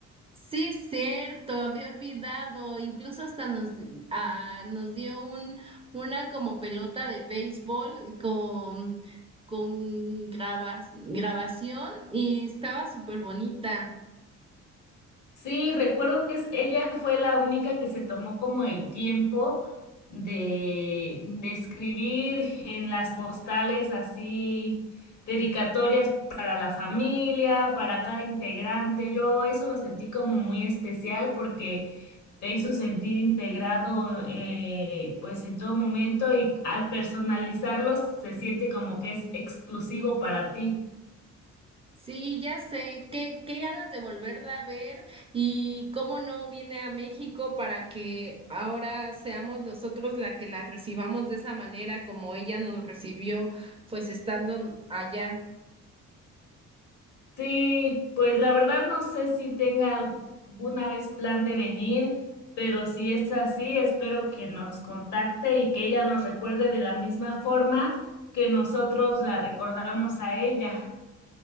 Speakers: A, on the right (about 20°); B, on the left (about 70°).
A: Sí, cierto, había olvidado. Incluso hasta nos, ah, nos dio un, una como pelota de béisbol con, con grabas, grabación y estaba súper bonita.
B: Sí, recuerdo que es- ella fue la única que se tomó como el tiempo de, de escribir en las postales así dedicatorias para la familia, para cada integrante. Yo eso lo sentí como muy especial porque te hizo sentir integrado eh, pues en todo momento y al personalizarlos se siente como que es exclusivo para ti.
A: Sí, ya sé, qué, qué ganas de volverla a ver y cómo no viene a México para que ahora seamos nosotros la que la recibamos de esa manera como ella nos recibió, pues estando allá.
B: Sí, pues la verdad no sé si tenga alguna vez plan de venir, pero si es así, espero que nos contacte y que ella nos recuerde de la misma forma que nosotros la recordamos a ella.